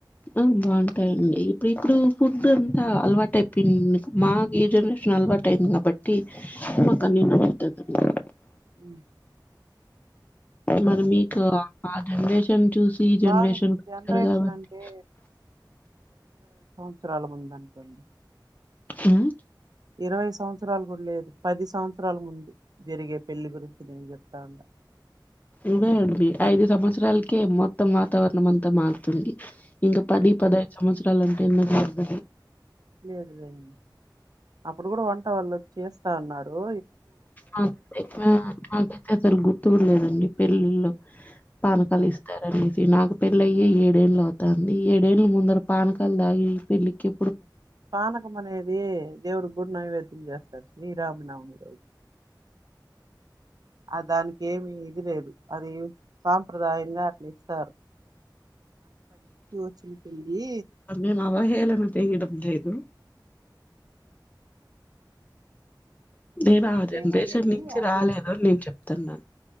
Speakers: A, on the left; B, on the right.
A: ఆ బాగుంటాయండి ఇప్పుడు ఇప్పుడు ఫుడ్ అంతా అలవాటు అయిపోయింది మా ఈ జనరేషన్ అలవాటు అయింది కాబట్టి మకానే నడుత ర్
B: అ
A: మరి మీకు ఆ జనరేషన్ చూసి ఇ జనరేషన్
B: బాగా
A: కి వచ్చారు
B: జనరేషన్
A: కాబట్టి
B: అంటే అవసరాల ముందనుకోండి
A: ఉమ్
B: ఇరవై సంవత్సరాలు కూడా లేదు పది సంవత్సరాల ముందు జరిగే పెళ్లి గురించి నేను చెప్తా ఉన్నా
A: ఇదే అవి ఐదు సంవత్సరాలకే మొత్తం వాతావరణం అంతా మారుతుంది ఇంకా పది పది ఐదు సంవత్సర పట్టాలంటే ఎన్నో పరుద
B: లేదులేండి అప్పుడు కూడా వంట వాళ్ళు వచ్చి చేస్తా అన్నారు
A: మాకైతే అసలు గుర్తులేదండి పెళ్ళిల్లో పానకాలు
B: ఆ,
A: ఇస్తారని నాకు పెళ్ళయ్యే ఏడేళ్ళు అవుతంది ఏడేళ్ళ ముందర పానకాలు దాగి పెళ్లికి
B: పనకం మనేది దేవుడు కూడా నైవేద్యం చేస్తారు శ్రీరామనవమి రోజు ఆ దానికి ఏమి ఇది లేదు అది సాంప్రదాయంగా అర్నిస్తారు వచ్చిన పెళ్లి
A: ే మా అవాహేళనా చేయడం లేదు నేను ఆ జనరేషన్
B: నేన అనేది
A: నుంచి
B: అప్పుడు
A: రాలేదు అని నేను చెప్తున్నాను